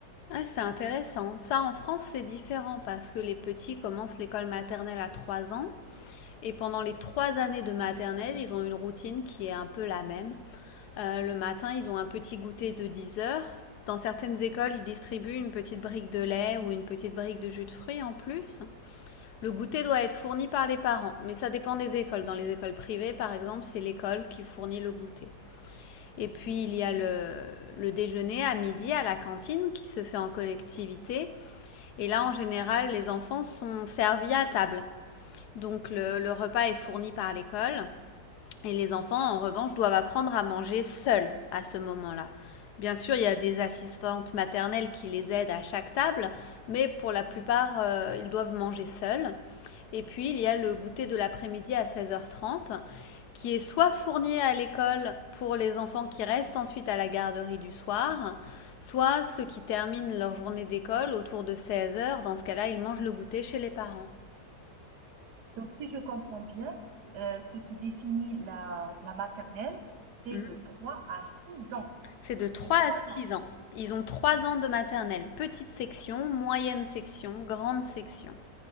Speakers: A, on the left; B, on the right.
A: Ah, c'est intéressant. Ça, en France, c'est différent parce que les petits commencent l'école maternelle à 3 ans et pendant les 3 années de maternelle, ils ont une routine qui est un peu la même. Euh, le matin, ils ont un petit goûter de 10 heures. Dans certaines écoles, ils distribuent une petite brique de lait ou une petite brique de jus de fruits en plus. Le goûter doit être fourni par les parents, mais ça dépend des écoles. Dans les écoles privées, par exemple, c'est l'école qui fournit le goûter. Et puis il y a le, le déjeuner à midi à la cantine qui se fait en collectivité. Et là, en général, les enfants sont servis à table. Donc le, le repas est fourni par l'école. Et les enfants, en revanche, doivent apprendre à manger seuls à ce moment-là. Bien sûr, il y a des assistantes maternelles qui les aident à chaque table, mais pour la plupart, euh, ils doivent manger seuls. Et puis, il y a le goûter de l'après-midi à seize heures trente qui est soit fourni à l'école pour les enfants qui restent ensuite à la garderie du soir, soit ceux qui terminent leur journée d'école autour de 16 heures. Dans ce cas-là, ils mangent le goûter chez les parents.
B: Donc, si je comprends bien, euh, ce qui définit la, la maternelle, c'est
A: Mm.
B: de 3 à 6 ans.
A: C'est de 3
B: C'est 3
A: à 6
B: ans.
A: ans. Ils ont 3 ans de maternelle, petite section, moyenne section, grande section.